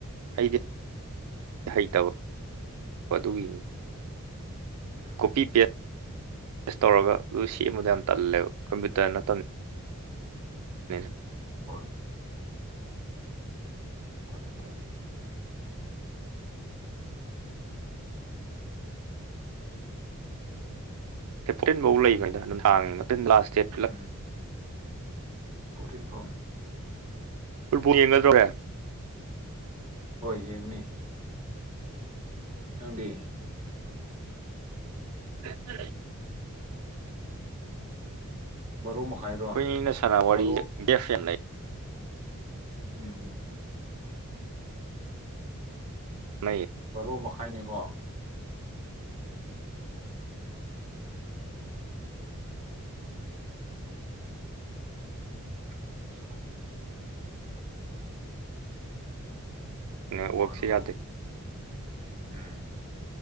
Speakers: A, on the right (about 85°); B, on the right (about 35°).
A: ꯍꯩꯗꯤ ꯍꯩꯇꯕ ꯑꯗꯨꯒꯤꯅꯤ
B: ꯎꯝ
A: ꯀꯣꯄꯤ ꯄꯦꯁ ꯄꯦꯁ ꯇꯧꯔꯒ ꯑꯗꯨ ꯁꯤ ꯑꯃꯗ ꯌꯥꯝ ꯇꯜꯂꯦꯕ ꯀꯝꯄ꯭ꯌꯨꯇꯔ ꯅꯠꯇꯕꯗ <unintelligible>
B: ꯍꯣꯏ ꯇꯂꯦ ꯇꯂꯦ
A: ꯐꯤꯞꯇꯤꯟꯐꯥꯎ ꯂꯩꯈꯅꯤꯅ ꯑꯗꯨꯝ ꯍꯥꯡꯉꯦ ꯉꯥꯛꯇꯤꯟ ꯂꯥꯁ ꯗꯦꯠ
B: <unintelligible> ꯄꯣꯔꯣꯇꯤꯟ ꯄꯥꯎꯅꯤ
A: ꯐꯨꯠꯕꯣꯜ ꯌꯦꯡꯅꯗ꯭ꯔꯣꯔꯦ ꯍꯣꯔꯦꯟ
B: ꯍꯣꯏ ꯌꯦꯡꯅꯤ ꯅꯪꯗꯤ
A: <unintelligible>
B: ꯕꯔꯣ ꯃꯈꯥꯏꯔꯣ
A: ꯈꯣꯏꯅꯤꯅ ꯁꯥꯟ ꯅ ꯋꯥꯔꯤ
B: ꯕꯥꯔꯣ
A: ꯗꯦꯐꯦꯝ ꯂꯩ
B: ꯎꯝ
A: ꯂꯩ
B: ꯕꯥꯔꯣ ꯃꯈꯥꯏꯅꯤꯀꯣ <unintelligible>
A: ꯅꯦꯠꯋꯥꯛꯁꯦ
B: ꯕꯔꯣ
A: ꯌꯥꯗꯦ
B: ꯎꯝ